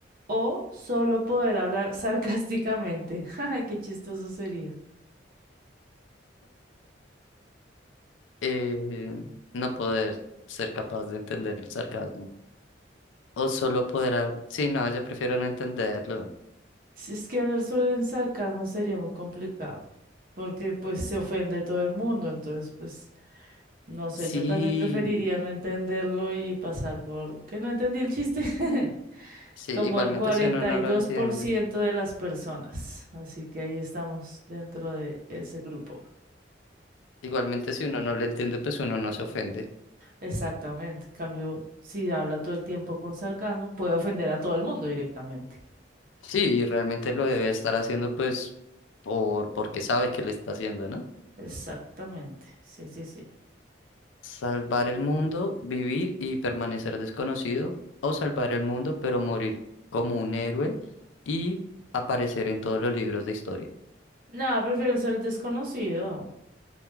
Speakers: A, on the right; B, on the left.
A: o solo poder hablar sarcásticamente? <laughs> Ay, qué chistoso sería.
B: Eh, no poder ser capaz de entender el sarcasmo. O solo poder... hab- Sí, no, yo prefiero no entenderlo.
A: Si es que hablar solo en sarcasmo sería muy complicado, porque pues se ofende todo el mundo, entonces pues no sé,
B: Sí,
A: yo también preferiría no entenderlo y pasar por que no entendí el chiste, <laughs>
B: sí,
A: como
B: igualmente
A: el cuarenta
B: si uno no
A: y
B: lo
A: dos
B: entiende.
A: por ciento de las personas. Así que ahí estamos dentro de ese grupo.
B: Igualmente si uno no lo entiende, pues uno no se ofende.
A: Exactamente. En Cambio, si habla todo el tiempo con sarcasmo, puede ofender a todo el mundo directamente.
B: Sí, realmente lo debe estar haciendo pues por porque sabe que lo está haciendo, ¿no?
A: Exactamente. Sí, sí, sí.
B: Salvar el mundo, vivir y permanecer desconocido, o salvar el mundo pero morir como un héroe y aparecer en todos los libros de historia.
A: Nada, prefiero ser desconocido.